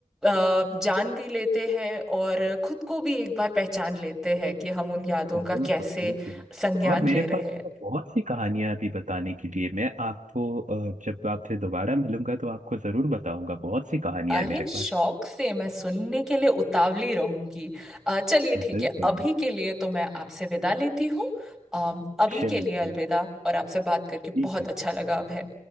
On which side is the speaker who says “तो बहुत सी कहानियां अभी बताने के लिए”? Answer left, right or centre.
Right